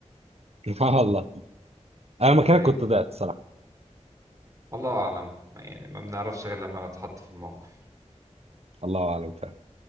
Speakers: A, on the right; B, on the right.
A: والله انا مكانك
B: وحبيبي
A: كنت ضعت صراحه
B: الله أعلم يعني ما بنعرفش غير لما نتحط في الموقف
A: الله اعلم فعلا